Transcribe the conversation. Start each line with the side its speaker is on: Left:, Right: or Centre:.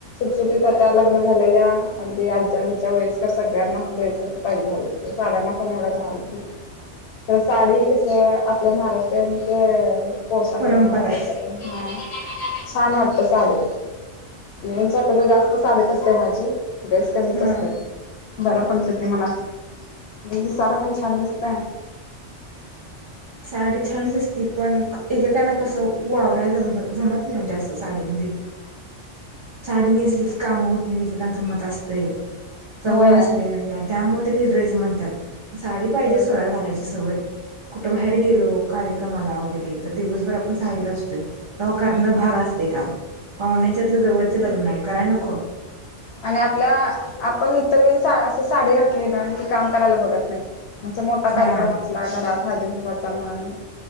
Left: सुटीत आता लग्न झालेल्या अगदी आज्याबीज्या वयस्कर सगळ्यांनाच ड्रेस च पाहिजे झालं. पण एवढ घालत नाही. तर साडी कसं आपलं महाराष्ट्रीयांचं - पोशाख
Right: परंपरा
Left: आहे म्हंटल.
Right: आहे
Left: म्ह छान वाटत साडी म्ह- तर जास्त साडीच असते माझी. ड्रेस कमीच
Right: हा
Left: असतोय. बर. डत ते मला. ते दिसायला पण छान दिसत-
Right: साडी छान दिसती. पण एकेकाला कसं वावराय जमत नाही जास्त साडीमध्ये.
Left: <unintelligible>
Right: साडी नेसली की कामं होत नाही, इतरांचं मत असतंय. सवय
Left: होय.
Right: नसलेल्याना- त्यामुळे त्यांनी ड्रेस म्हणतात. साडी पाहिजे
Left: होय
Right: सवय घालायची सवय कुठ- बाहेर गेलो कार्यक्रमाला वगैरे- तर दिवसभर आपण साडीत असतोय. तेव्हा करण भाग असतेय काम. पाहुण्याच्यातलं जवळ नाही कराय नको.
Left: आणि आपल्या, आपण इतर वेळी सा अस साडी घातली ना कि, काम करायला बघत नाही. अस मोठा कार्यक्रम
Right: हा
Left: असला घरात, हळहदीकुंकवाचा म्हण.